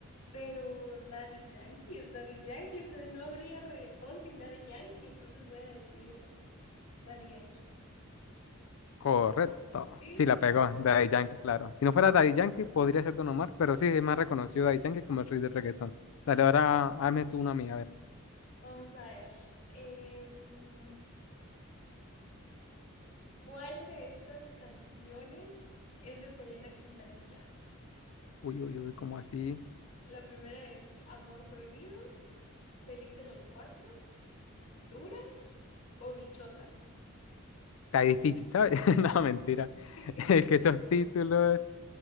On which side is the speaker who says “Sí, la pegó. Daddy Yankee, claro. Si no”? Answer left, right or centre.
Left